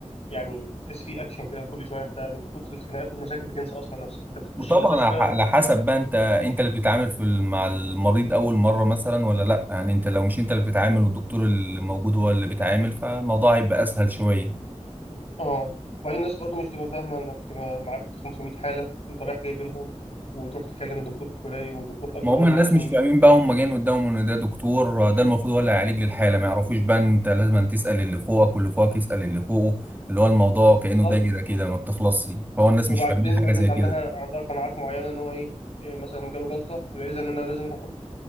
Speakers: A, on the left; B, on the right.
A: يعني تحس فيه اكشن كده كل شويه انت من كتر الخناقات والمشاكل بتنسى اصلا نفسك انت بتخش
B: وطبعا
A: المستشفى
B: على ح- على حسب بقى انت انت اللي بتتعامل في ال- مع المريض اول مره مثلا ولا لا يعني انت لو مش انت اللي بتتعامل والدكتور اللي موجود هو اللي بيتعامل فالموضوع هيبقى اسهل شويه
A: اه وبعدين الناس برضو مش بتبقى فاهمه انك ما- معاك 500 حاله انت رايح جاي بينهم وتروح تكلم الدكتور الفلاني والدكتور الاكبر
B: ما هم
A: منك
B: الناس
A: عشان
B: مش
A: يجي
B: فاهمين
A: يشوف
B: بقى هم جايين قدامهم ان ده دكتور ده المفروض هو اللي هيعالج للحاله ما يعرفوش بقى ان انت لازم تسال اللي فوقك واللي فوقك يسال اللي فوقه اللي هو الموضوع كانه
A: بالظبط
B: دايره كده ما بتخلصش فهو الناس
A: وبعدين
B: مش فاهمين حاجه
A: بقى الناس
B: زي
A: عندها
B: كده
A: عندها قناعات معينه ان هو ايه إيه مثلا جاله جلطه يبقى اذا ان انا لازم اخد